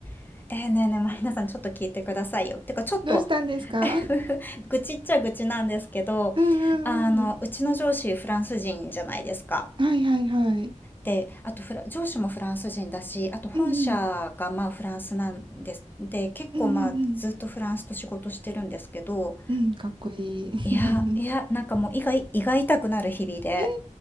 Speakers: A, on the left (about 15°); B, on the right (about 40°).
A: ねえーねえねえ、マリナさん、ちょっと聞いてくださいよ。てか、ちょっと
B: どうしたんですか
A: <laughs> 愚痴っちゃ愚痴なんですけど、
B: うんうんうん。
A: あの、うちの上司、フランス人じゃないですか。
B: はいはいはい。
A: で、あとフラ、上司もフランス人だし、あと本社がまあフランスなんです。
B: うんうん。
A: で、結構まあずっとフランスと仕事してるんですけど、
B: うんうんうん。うん、かっこいい。<laughs>
A: いや、いや、なんかもう胃が、胃が痛くなる日々で。
B: えー、